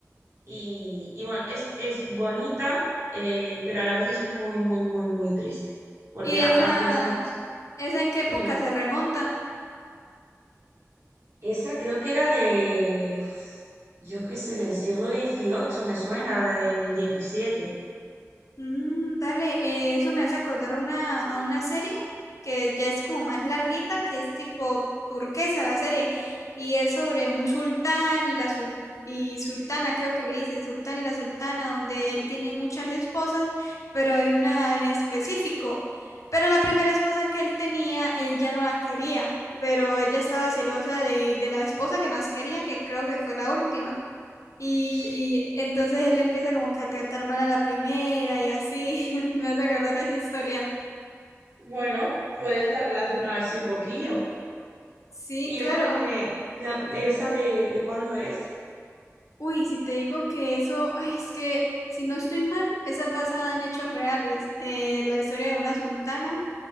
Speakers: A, on the right; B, on the left.
A: y, y bueno, es, es bonita, eh, pero a la vez es muy, muy, muy, muy triste, porque
B: ¿Y esa,
A: acabas pensando, y dices,
B: esa en qué época
A: dime.
B: se remonta?
A: Esa creo que era de, yo qué sé, del siglo dieciocho me suena, de- del diecisiete
B: Mm, dale, eh, eso me hace acordar a una, a una serie que ya es como más larguita, que es tipo turquesa la serie, y es sobre un sultán y la sul- y sultana, creo que le dicen, sultán y la sultana, donde él tiene muchas esposas, pero hay una en específico. Pero la primera esposa que él tenía, él ya no la quería, pero ella estaba celosa de, de la esposa que más quería, que creo que fue la última. Y
A: Sí.
B: entonces él empieza como que a tratar mal a la primera y así. <laughs> Me vas a acordar a esa historia.
A: Bueno, puede estar relacionada ese un poquillo.
B: Sí,
A: ¿Y
B: claro.
A: esa dónde, de, de- esa de, de cuándo es?
B: Uy, si te digo que eso, ay, es que si no estoy mal, esa es basada en hechos reales. Eh, la historia de una sultana,